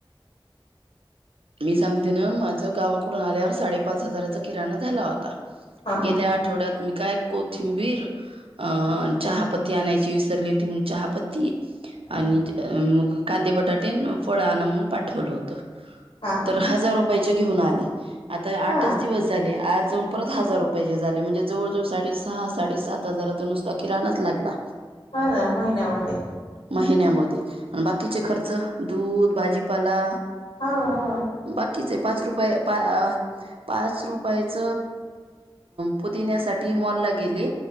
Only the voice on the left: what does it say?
हा हा.
हा.
हम्म
हम्म.
हा हा
हा
हो ना महिन्यामध्ये
हा हा.